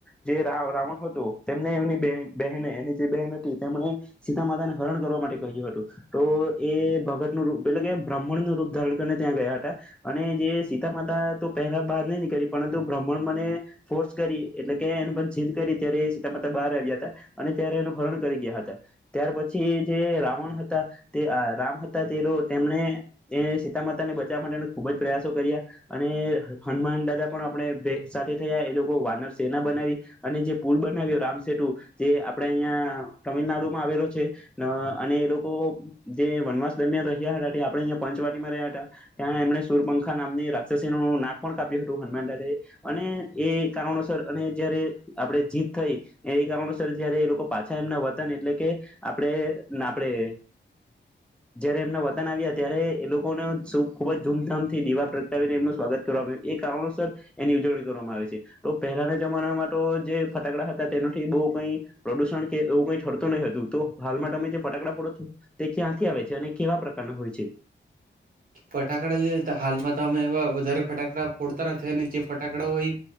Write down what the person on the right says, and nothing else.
ફટાકડા જોય તો હાલમાં તો અમે એવા વધારે ફટાકડા ફોડતા નથી અને જે ફટાકડા હોય